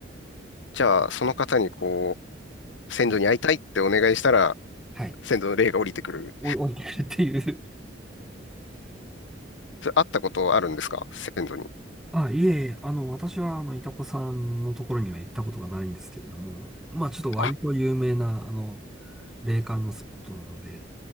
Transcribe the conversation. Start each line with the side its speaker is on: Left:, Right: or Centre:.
Left: じゃあ、その方にこう、先祖に会いたいってお願いしたら、
Centre: もう、はい。
Left: 先祖の霊が降りてくる。
Centre: おい、降りてくるっていう。
Left: それ、会ったことあるんですか先祖に。
Centre: あ、いえいえ、あの、私は、あの、いたこさんのところには行ったことがないんですけれども、まあ、ちょっと割と有名な、
Left: あ
Centre: あの、霊感のスポットなので、